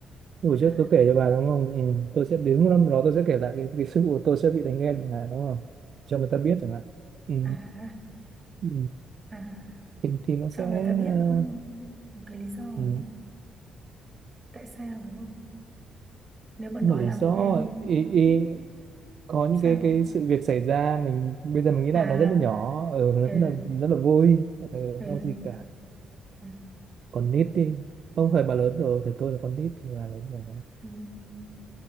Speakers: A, on the right (about 55°); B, on the right (about 20°).
A: Như buổi trước
B: à
A: tôi kể cho bà đúng không ừ, tôi sẽ đến một năm đó tôi sẽ kể lại cái, cái sự của tôi sẽ bị đánh ghen chẳng hạn đúng không cho người ta biết chẳng hạn ừ,
B: à à
A: ừ.
B: à
A: thì thì nó
B: cho
A: sẽ
B: người ta biết
A: ờ,
B: ừm, một cái lý do đúng
A: ừ.
B: không tại sao đúng không nếu mà nói
A: một lý
B: là
A: do
B: vì em
A: ý, ý,
B: ừm,
A: có những
B: sao
A: cái cái sự việc xảy ra mình bây giờ mình nghĩ
B: à
A: lại nó rất là nhỏ ừ, nó rất
B: ừ,
A: là rất là vui ừ,
B: ừ,
A: không có gì cả
B: ừ,
A: còn nít đi không phải bà lớn rồi thì tôi là con nít thì bà lớn rồi
B: ừm,